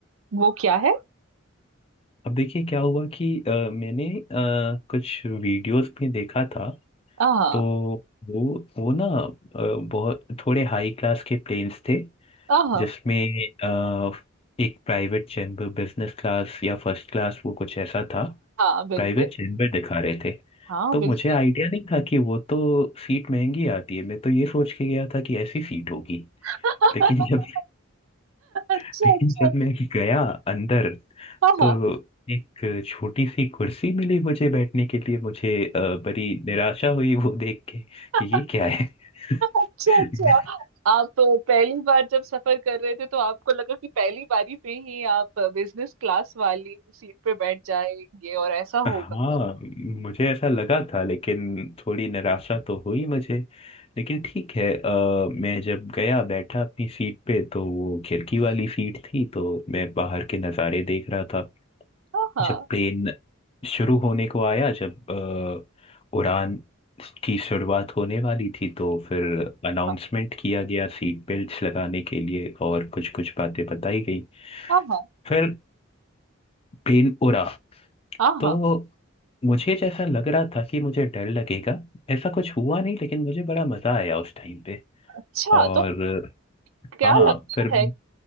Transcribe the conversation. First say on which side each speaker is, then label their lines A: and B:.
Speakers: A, on the right (about 80°); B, on the left (about 30°).
A: वो क्या है
B: अब देखिए क्या हुआ कि अ, मैंने अ, कुछ वीडियोस में देखा था
A: हाँ हाँ
B: तो वो वो ना अ, बहुत थोड़े हाई क्लास के प्लेन्स थे
A: हाँ हाँ,
B: जिसमें अ, एक प्राइवेट चैम्बर बिजनेस क्लास या फर्स्ट क्लास वो कुछ ऐसा था
A: हाँ, बिल्कुल
B: प्राइवेट चैम्बर दिखा रहे थे
A: हाँ
B: तो
A: बिल्कुल
B: मुझे आइडिया नहीं था कि वो तो सीट महंगी आती है मैं तो ये सोच के गया था कि ऐसी सीट होगी
A: <laughs>
B: लेकिन जब <laughs>
A: अच्छा
B: लेकिन
A: अच्छा
B: जब मैं गया अंदर
A: हाँ
B: तो एक छोटी सी कुर्सी मिली मुझे बैठने के लिए मुझे अ, बड़ी निराशा हुई वो देख के
A: हाँ।
B: कि ये क्या है <laughs>
A: अच्छा अच्छा आप पहली बार जब सफर कर रहे थे तो आपको लगा कि पहली बारी में ही आप बिजनेस क्लास वाली सीट पे बैठ जाएंगे और ऐसा
B: हाँ
A: होगा
B: मुझे ऐसा लगा था लेकिन थोड़ी निराशा तो हुई मुझे लेकिन ठीक है अ, मैं जब गया बैठा अपनी सीट पे तो वो खिड़की वाली सीट थी तो मैं बाहर के नज़ारे देख रहा था
A: हाँ हाँ
B: जब प्लेन शुरू होने को आया जब अ, उड़ान की शुरुआत होने वाली थी तो फिर अनाउंसमेंट
A: हाँ
B: किया गया सीट बेल्ट्स लगाने के लिए और कुछ कुछ बातें बताई गई
A: हाँ हाँ
B: फिर प्लेन उड़ा
A: हाँ
B: तो
A: हाँ।
B: मुझे जैसा लग रहा था कि मुझे डर लगेगा ऐसा कुछ हुआ नहीं लेकिन मुझे बड़ा मजा आया उस टाइम पे
A: अच्छा
B: और
A: तो क्या
B: हाँ
A: लगता
B: फिर
A: है